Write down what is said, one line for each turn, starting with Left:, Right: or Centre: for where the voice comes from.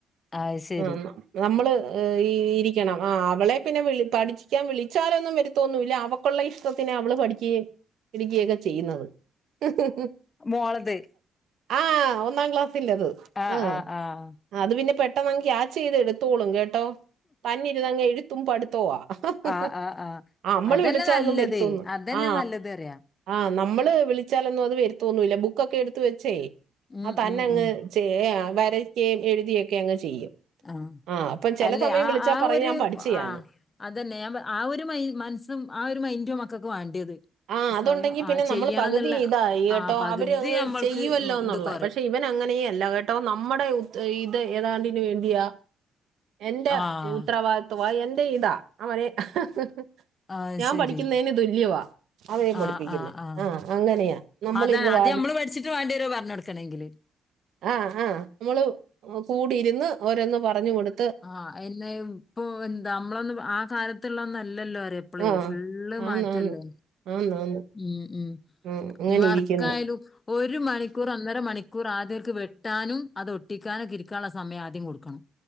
Left: അത് ശരി
Right: ആ നമ്മൾ ആ ഇരിക്കണം ആ അവളെ പിന്നെ വിള പഠിക്കാൻ വിളിച്ചാലൊന്നും വരുത്തോന്നൂല്ല അവക്കുള്ള ഇഷ്ടത്തിന് അവള് പഠിക്കുകയും എനിക്കയൊക്കെ ചെയ്യുന്നത്. ഹ ഹ
Left: മോളത്
Right: ആ ഒന്നാം ക്ലാസ്സലത്
Left: ആഹ്
Right: ആ
Left: ആഹ് ആഹ്
Right: അത് പിന്നെ പെട്ടെന്ന് ക്യാച്ച് ചെയ്ത് <unintelligible> തോളും കേട്ടോ തന്നെ ഇരുന്നങ്ങ് എഴുത്തും പഠുത്തവും ആ ഹ
Left: ആഹ്
Right: ഹ
Left: ആഹ് ആഹ്
Right: ആ നമ്മള്
Left: അതന്നെ
Right: വിളിച്ചാലൊന്നും
Left: നല്ലത്
Right: വരുത്തൂന്നു
Left: അതന്നെ
Right: ആ
Left: നല്ലത് അറിയാ
Right: ആ നമ്മള് വിളിച്ചാലൊന്നും അത് വരു തോന്നൂല ബുക്കൊക്കെ എടുത്ത് വെച്ചേ
Left: ഉം
Right: അ തന്നെ
Left: ഉം ഉം
Right: ചെയ്യാ വ വരക്കുകയും എഴുതിയൊക്കെ അങ്ങ് ചെയ്യും.
Left: ആഹാ
Right: ആ അപ്പം ചില
Left: അല്ലെ
Right: സമയം
Left: ആ
Right: വിളിച്ചാൽ
Left: ആ
Right: പറയും
Left: ഒരു
Right: ഞാൻ പഠിച്ചയാന്ന്
Left: ആ അതന്നെ ഞ ആ ഒരു മെ മനസ്സും ആ ഒരു മൈൻഡും മക്കക് വേണ്ടിയത്.
Right: ആ അതുണ്ടെങ്കി
Left: സ്വയം
Right: പിന്നെ
Left: ആ
Right: നമ്മള്
Left: ചെയ്യണംന്നുള്ള
Right: പകുതി ഇതായി കേട്ടോ.
Left: ആ പകുതി
Right: അവര് അങ്ങ്
Left: നമ്മൾക്ക്
Right: ചെയ്യുവല്ലോന്നുള്ളത്.
Left: ഉം ഇത് കൊറയും
Right: പക്ഷെ ഇവ ൻ അങ്ങനെയല്ല കേട്ടോ. നമ്മുടെ ഇത് ഏതാണ്ടിന് വേണ്ടിയാ എന്റെ
Left: ആഹ്
Right: ഉത്തരവാദിത്വവാ എന്റെ ഇതാ അവന്. ഹ ഹ ഹ
Left: ആഹ്
Right: ഞാൻ
Left: ശരി
Right: പഠിക്കുന്നതിന് തുല്യവാ അവനെ പഠിപ്പിക്കുന്നേ.
Left: ആഹ് ആഹ് ആഹ്
Right: ആ അങ്ങനെയാ നമ്മളിരുന്ന്
Left: അതാണ്
Right: വാ
Left: അത് നമ്മള് പഠിച്ചിട്ട് വേണ്ടി വരും പറഞ്ഞു കൊടുക്കണെങ്കില്.
Right: ആ ആ നമ്മള് കൂടിരുന്ന് ഓരോന്ന് പറഞ്ഞു കൊടുത്ത
Left: ആ എന്നെ ഇപ്പൊ എന്താ നമ്മളൊന്ന് ആ കാലത്തുള്ള ഒന്ന ല്ലോ അര ഇപ്പളേ
Right: ആ
Left: ഫുള്ള്
Right: ആന്നാന്ന്
Left: മാറ്റമല്ലേ?
Right: ആന്നാന്ന്
Left: ഉം ഉം.
Right: ആ അങ്ങനെ
Left: ഇനി വർക്കായാലും
Right: ഇരിക്കുന്നു
Left: ഒരു മണിക്കൂർ ഒന്നര മണിക്കൂർ ആദ്യവര്ക്ക് വെട്ടാ ട്ടനും അതൊട്ടിക്കാനും ഇരിക്കാനുള്ള സമയം ആദ്യം കൊടുക്കണം.